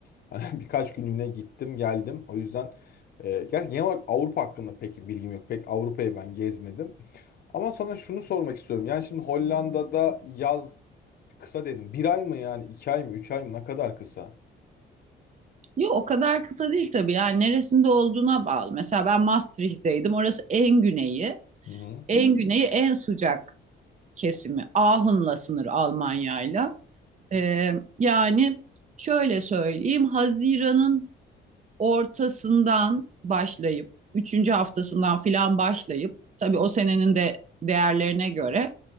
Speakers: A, on the left (about 50°); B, on the right (about 35°).
A: hani <laughs> birkaç günlüğüne gittim geldim. O yüzden e, gerçi genel olarak Avrupa hakkında pek bilgim yok. Pek Avrupa'yı ben gezmedim. Ama sana şunu sormak istiyorum. Yani şimdi Hollanda'da yaz Kısa dedim. Bir ay mı yani? iki ay mı? Üç ay mı? Ne kadar kısa?
B: Yok o kadar kısa değil tabii yani neresinde olduğuna bağlı. Mesela ben Maastricht'teydim orası en güneyi.
A: Hı hı.
B: En güneyi en sıcak kesimi. Ahun'la sınır Almanya'yla. Ee, yani şöyle söyleyeyim, Haziran'ın ortasından başlayıp, üçüncü haftasından filan başlayıp, tabii o senenin de değerlerine göre